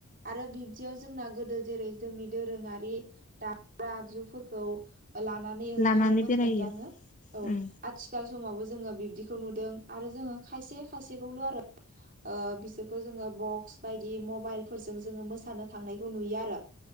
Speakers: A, on the right (about 40°); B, on the left (about 35°).
A: आरो बिबदियाव जोंना गोदो जेरै जोंनि दोरोङारि दामग्रा आगजुफोरखौ लानानै ओंखारोमोन
B: लानानै बेरायो
A: रंजानो औ
B: उम
A: आथिखाल समावबो जोङो बिब्दिखौ नुदों आरो जोङो खायसे खायसेखौल' आरो ओ बिसोरखौ जोङो बक्स बायदि मबाइलफोरजों जोङो मोसानो थांनायखौ नुयो आरो